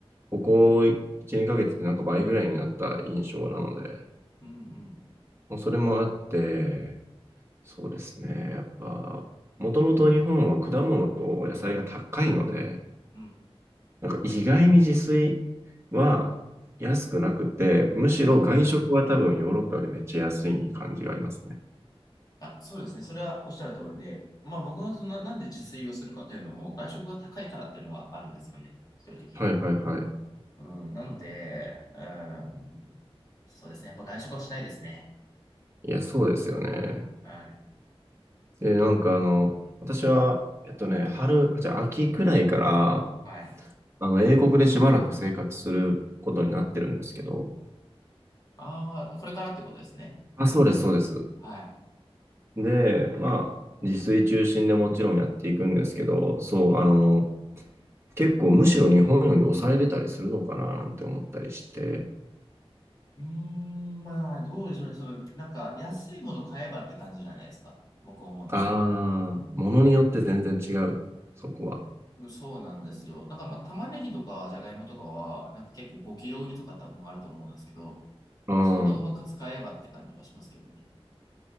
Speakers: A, on the right (about 25°); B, on the left (about 40°).
A: ここ1、2ヶ月でなんか倍ぐらいになった印象なので、
B: うんうん。
A: もうそれもあって、そうですね。やっぱ、もともと日本は果物と野菜が高いので、
B: うん。
A: なんか意外に自炊は安くなくて、むしろ外食は多分ヨーロッパよりめっちゃ安い感じがありますね。
B: はい。あ、そうですね。それはおっしゃる通りで、まあ僕はそんな、なんで自炊をするかというのも、外食が高いからっていうのがあるんですよね。正直。
A: はいはいはい。
B: うん、なので、うん、そうですね。やっぱ外食はしないですね。
A: いや、そうですよね。
B: はい。
A: で、なんかあの、私は、えっとね、春、じゃあ秋くらいから、
B: はい。
A: あの、英国でしばらく生活することになってるんですけど、
B: ああ、これからってことですね。
A: あ、そうです、そうです。
B: はい。
A: で、まあ、自炊中心でもちろんやっていくんですけど、そう、あの、結構むしろ日本より抑えれたりするのかななんて思ったりして、
B: うーん、まあ、どうでしょうね。その、なんか、安いもの買えばって感じじゃないですか。僕は思うんですけど。
A: ああ、ものによって全然違う、そこは。
B: うんそうなんですよ。なんか、まあ、玉ねぎとか、じゃがいもとかは、なんか結構5キロ売りとか多分あると思うんですけど、
A: うん。
B: そういうのをうまく使えばって感じはしますけどね。